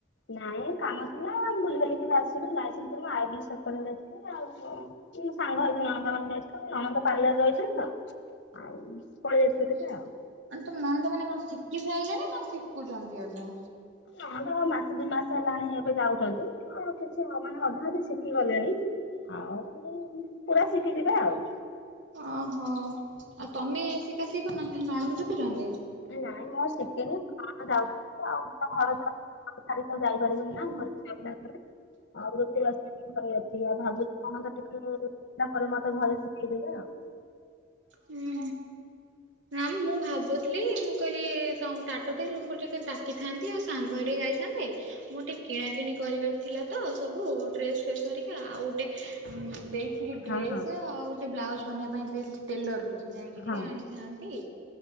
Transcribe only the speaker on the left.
ନାଇଁ କାମ ଥିଲା ଆମ୍ ବୁଲି ବାଲିିକିରି ଆସିଲୁ ଯାଇଥିଲୁ ତ ଟିକେ ଆଇବ୍ରୋ ସେପ୍ କରିବାକୁ ଯାଇଥିଲି ଆଉ। ସାଙ୍ଗ ହେଇକି ନଣନ୍ଦ ମାନେ ଯାଇଥିଲୁ। ମୋ ନଣନ୍ଦ ପାର୍ଲରରେ ରହିଚନ୍ତି ତ। ଆଉ ପଳେଇ ଯାଇଥିବେ
କେତେ ଆଉ।
ନଣନ୍ଦ ବା ମାସେ ଦି ମାସ ହେଲାଣି ଏବେ ଯାଉଚନ୍ତି ତ କିଛି ମାନେ ଅଧା ଅଧେ ଶିଖିଗଲେଣି। ଆଉ ପୁରା ଶିଖି ଯିବା ଆଉ।
ଏ ନାଇଁ ମୁଁ ଆଉ ଶିକିନି ନଣନ୍ଦ ଯାଉଚନ୍ତି ତ ଆଉ କଁ ଘରଦ୍ଵାର ଆକୁ ଛାଡିକି ଆଉ ଯାଇପାରିବିନି ନା ଘରେ <unintelligible> ଆଉ ରୋଷେଇ ବାସ ଘରେ ଅଛି ଆଉ ଭାବୁ ନଣନ୍ଦ ଶିଖିଗଲା ପରେ ମାସରେ ମାସ ଘରେ ଶିଖେଇଦେବେ ଆଉ।
ହଁ
ହଁ
ହଁ।